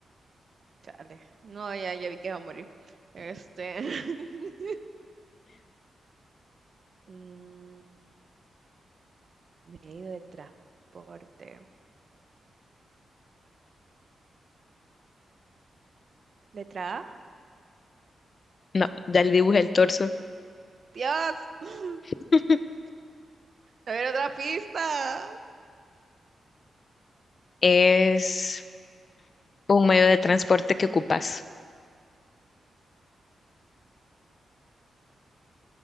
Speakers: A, on the right; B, on the left.
A: Chale. No, ya, ya vi que va a morir. Este. <laughs> Mm, medio de transporte. ¿Letra A?
B: No, ya le dibujé el torso.
A: ¡Dios! <laughs>
B: <laughs>
A: A ver, otra pista.
B: Es un medio de transporte que ocupas.